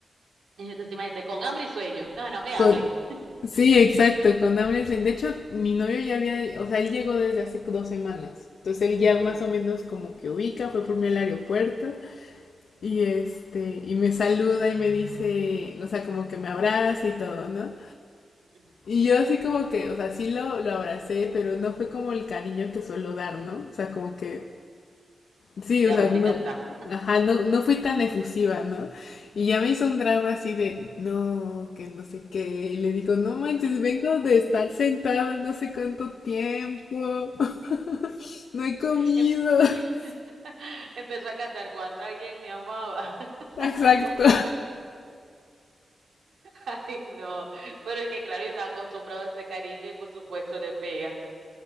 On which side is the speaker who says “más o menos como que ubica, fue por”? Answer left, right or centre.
Left